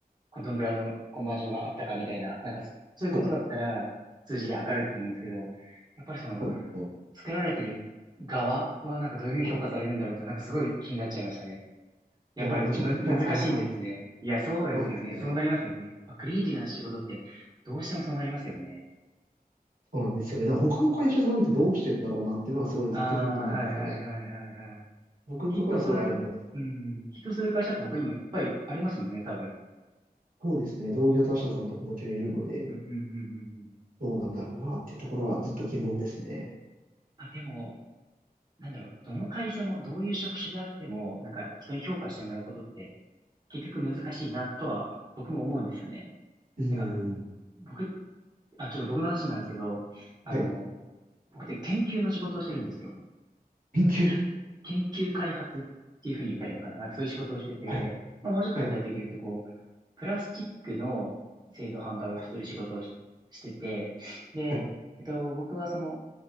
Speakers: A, on the right; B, on the right.
A: こどんぐらいのコンバージョンがあったかみたいな、なんかそそういうことだったら数字で測れると思うんですけど、
B: はい
A: やっぱりその
B: そうですね。
A: 作られてる側はなんかどういうふうに評価されるんだろうってなんかすごい気になっちゃいましたね。
B: はい。
A: やっぱりこうむ、
B: いや、もうめちゃくちゃ曖昧です。
A: 難しいんですね。いや、そうですよね。
B: そうですね。
A: そうなりますよね。まあクリエイティブな仕事ってどうしてもそうなりますよね。
B: そうなんですよね。だから他の会社さんってどうしてんだろうなっていうのはすごいずっと疑問なんですよね。
A: ああ、はいはいはいはいはい。
B: 僕のところはすごい曖昧です。
A: きっとそういう、うん、きっとそういう会社って他にもいっぱいありますもんね、多分。
B: そうですね。同業他社さんとかもちろんいるので、
A: うんうんうんうんうん。
B: どうなんだろうなっていうところはずっと疑問ですね。
A: まあ、でも、なんだろう、どの会社もどういう職種であっても、なんか人に評価してもらうことって結局難しいなとは僕も思うんですよね。
B: うーん。
A: なんか僕、あ、ちょっと僕の話になるんですけど、あの、
B: はい。
A: 僕って研究の仕事をしてるんですよ。
B: 研究。
A: 研、研究開発っていうふうに言ったらいいのかな。なんかそういう仕事をしてて、
B: はい。
A: まあ、もうちょっと具体的に言うと、
B: はい。
A: こう、プラスチックの製造販売をする仕事をし、
B: は
A: してて、で、
B: い。
A: えっと、僕はその、